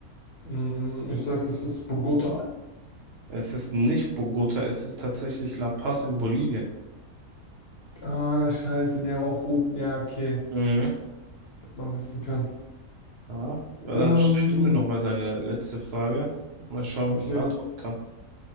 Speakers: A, on the left; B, on the right.
A: Mm, Ich sag, es ist Bogota.
B: Es ist nicht Bogota, es ist tatsächlich La Paz in Bolivien.
A: Ah, scheiße, die haben auch Hub. Ja, okay.
B: Mhm.
A: Hätte man wissen können.
B: Ja, ja,
A: Ähm,
B: dann stell du mir nochmal deine letzte Frage. Mal schauen,
A: okay.
B: ob ich es beantworten kann.